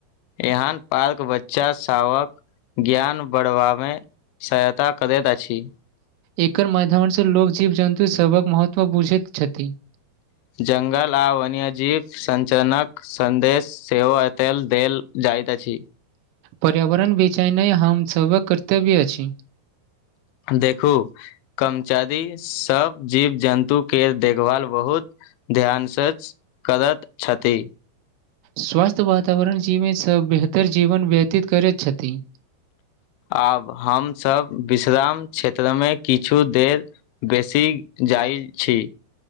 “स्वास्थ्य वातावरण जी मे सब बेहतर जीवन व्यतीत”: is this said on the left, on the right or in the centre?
Right